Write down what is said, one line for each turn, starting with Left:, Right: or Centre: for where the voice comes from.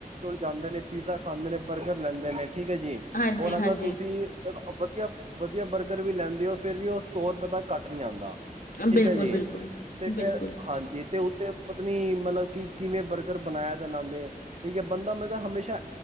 Right: ਜਾਂਦੇ ਨੇ ਪੀਜ਼ਾ ਖਾਂਦੇ ਨੇ ਬਰਗਰ ਲੈਂਦੇ ਨੇ ਠੀਕ ਹੈ ਜੀ
Left: ਹਾਂਜੀ
Right: ਔਰ ਅਗਰ
Left: ਹਾਂਜੀ
Right: ਤੁਸੀਂ ਵਧੀਆ ਵਧੀਆ ਬਰਗਰ ਵੀ ਲੈਂਦੇ ਉਹ ਫਿਰ ਵੀ ਉਹ ਸੌ ਰੁਪਏ ਤੋਂ ਘੱਟ ਨਹੀਂ ਆਉਂਦਾ ਠੀਕ
Left: ਬਿਲਕੁਲ
Right: ਹੈ ਜੀ
Left: ਬਿਲਕੁਲ
Right: ਤੇ
Left: ਬਿਲਕੁਲ
Right: ਫਿਰ ਹਾਂਜੀ ਤੇ ਪਤਨੀ ਮਤਲਬ ਕਿ ਕਿਵੇਂ ਬਰਗਰ ਬਣਾਇਆ ਬਣਾਉਂਦੇ ਠੀਕ ਹੈ ਬੰਦਾ ਮਤਲਵ ਹਮੇਸ਼ਾ